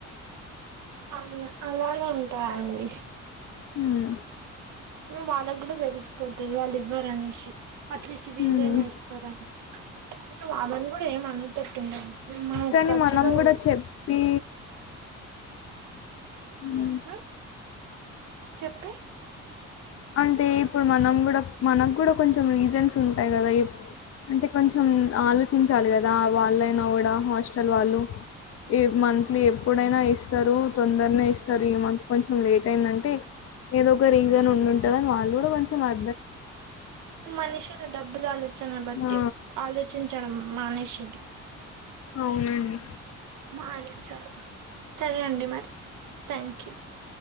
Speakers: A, on the right; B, on the left.
A: అవు అలాగే ఉంటారండి
B: ఉమ్
A: వాళ్ళకు కూడా తెరిసిపోతది వాళ్ళు ఇవ్వరు అనేసి అట్లీస్ట్ వీళేనే
B: హ్మ్
A: ఇస్తరని, అంటే వాళ్ళని గుడ ఏం అన్నటట్టు ఉండది. మా
B: కానీ
A: కచుడు
B: మనం కూడా చెప్పి హ్మ్,
A: ఆ చెప్పే
B: అంటే ఇప్పుడు మనం కూడా మనకు కూడా కొంచెం రీజన్స్ ఉంటయి కదా అంటే కొంచెం ఆలోచించాలి కదా వాళ్ళైనా కూడా హాస్టల్ వాళ్ళు ఈ మంత్లీ ఎప్పుడైనా ఇస్తరు, తొందరనే ఇస్తారు ఈ మంత్ కొంచెం లేట్ అయిందంటే ఏదో ఒక రీజన్ ఉండుంటదని వాళ్ళు కూడా కొంచెం అ
A: మనిషులు డబ్బులు ఆలోచన బట్టి
B: ఆ!
A: ఆలోచించడం మానేసిర్రు
B: అవునండి
A: మానేసారు సరే అండి మరి, థ్యాంక్ యూ